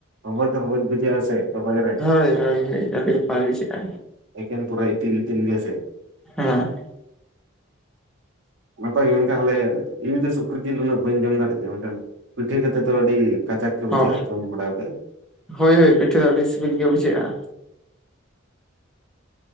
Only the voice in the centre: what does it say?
ᱦᱳᱭ ᱦᱳᱭ ᱦᱳᱭ ᱟᱰᱤᱧ ᱯᱟᱞᱤ ᱥᱮᱜ-ᱟ᱾
ᱦᱮᱸ᱾
ᱚ
ᱦᱳᱭ ᱦᱳᱭ ᱯᱤᱴᱷᱟᱹ ᱫᱚ ᱟᱹᱰᱤ ᱥᱤᱵᱤᱞ ᱜᱮ ᱵᱩᱡᱷᱟᱹᱜᱼᱟ᱾